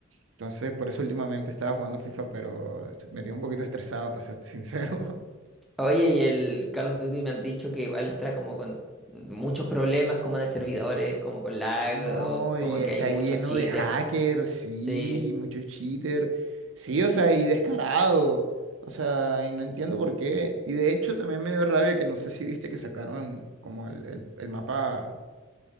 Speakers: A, on the right; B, in the centre.
A: Entonces, por eso últimamente estaba jugando FIFA, pero estoy- me tiene un poquito estresado, para ser sincero. <laughs>
B: Oye, y el Call of Duty me han dicho que igual está como con muchos problemas como de servidores, como con lag,
A: No,
B: o como
A: y está
B: que hay muchos
A: lleno
B: cheaters.
A: de hackers, sí,
B: Sí,
A: muchos cheater, sí, o sea, y descarado, o sea, y no entiendo por qué. Y de hecho también me dio rabia que no sé si viste que sacaron como el, el- el mapa.